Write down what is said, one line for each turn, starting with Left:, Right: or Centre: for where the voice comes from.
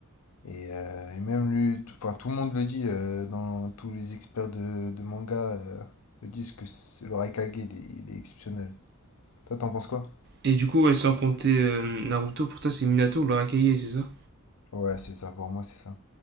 Left: Et, euh, et même lui, tout- enfin tout le monde le dit, euh, dans tous les experts de, de manga euh, le disent que ce- le Raikage, il est, il est exceptionnel. Toi, t'en penses quoi?
Right: Et du coup, ouais, sans compter euh, Naruto, pour toi, c'est Minato ou l'Arakaye, c'est ça
Left: Ouais, c'est ça, pour moi, c'est ça.